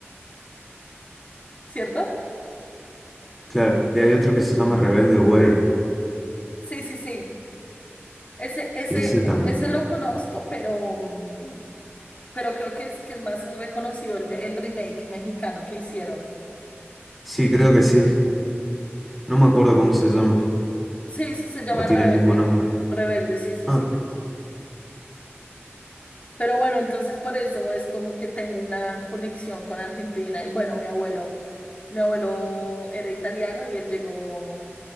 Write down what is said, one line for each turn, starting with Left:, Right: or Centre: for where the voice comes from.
Left: <laughs> ¿cierto?
Centre: Claro, y hay otro que se llama Rebelde Way.
Left: Sí, sí, sí, ese, ese,
Centre: Que ese tan...
Left: ese lo conozco, pero, mm, pero creo que es, que es más reconocido el, me- el remake mexicano que hicieron.
Centre: Sí, creo que sí. No me acuerdo cómo se llama.
Left: Sí, sí, se llama
Centre: O tiene
Left: Rebelde,
Centre: el mismo nombre.
Left: Rebelde, sí, sí,
Centre: Ah.
Left: sí. Pero bueno, entonces por eso es como que tengo una conexión con Argentina. Y bueno, mi abuelo, mi abuelo era italiano y él llegó